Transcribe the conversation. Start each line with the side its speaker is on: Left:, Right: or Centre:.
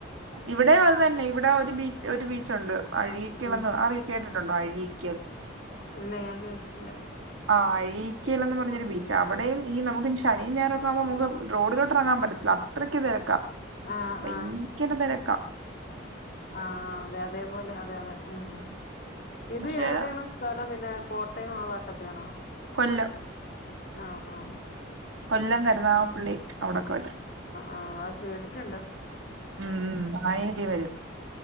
Right: ഇവിടെ അത് തന്നെ ഇവിടെ ഒരു ബീച്ച് ഒരു ബീച്ച് ഉണ്ട് അഴീക്കലന്ന്
Left: ഉം
Right: അറിയ കേട്ടിട്ടുണ്ടോ അഴിക്കൽ
Left: ഇല്ല ഞാൻ കേട്ട്ട്ടില്ല
Right: ആഹ് അഴീക്കൽന്ന് പറഞ്ഞൊരു ബീച്ച അവിടെയും ഈ നമുക്ക് ശനിയും ഞായറൊക്കെ ആകുമ്പോ നമുക്ക് റോഡിലോട്ട് ഇറങ്ങാൻ പറ്റത്തില്ല അത്രയ്ക്ക് തിരക്കാ
Left: ആഹ്
Right: വയ്
Left: ആഹ്
Right: തിരക്കാ
Left: ആഹ് അതെ അതേപോലെ അതെ അതെ ഉം ഇത്
Right: പക്ഷെ
Left: എവിടെയാണ് സ്ഥലം പിന്നെ കോട്ടയം ആഹ് ഭാത്തൊക്കെയാണോ
Right: കൊല്ലം
Left: ആഹ് ആഹ്
Right: കൊല്ലം കരുതാവപ്പള്ളി അവിടൊക്കെ വരും
Left: ആ അത് കേട്ടിട്ടുണ്ട്
Right: ഉം ആയേ ദേ വരും